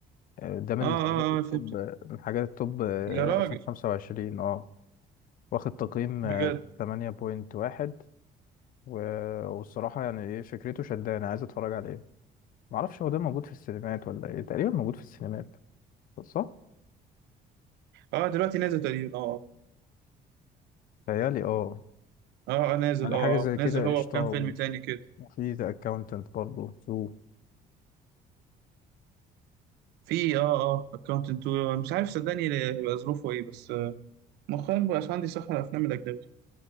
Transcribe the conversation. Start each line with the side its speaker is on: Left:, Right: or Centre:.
Left: آه، ده من
Right: اه اه
Left: الحاجات التوب
Right: فهمت
Left: آه، من حاجات التوب آه،
Right: يا راجل
Left: 2025 اه واخد تقييم
Right: بجد
Left: آه، 8.1 و- والصراحة يعني ايه فكرته شدانة عايز اتفرج عليه معرفش هو ده موجود في السينمات ولا ايه تقريبا موجود في السينمات صح؟
Right: اه دلوقتي نازل تقريبا اه
Left: تهيألي اه
Right: اه اه آه، نازل
Left: يعني
Right: اه
Left: حاجة زي
Right: اه نازل
Left: كده
Right: هو
Left: قشطة
Right: وكام
Left: و-
Right: فيلم تاني كده
Left: وفي ذا اكاونتنت برضه شو
Right: في اه اه اكونت انتو مش عارف صدقني هيبقى ظروفه ايه بس مؤخرا مبقاش عندي صح على الافلام الاجنبي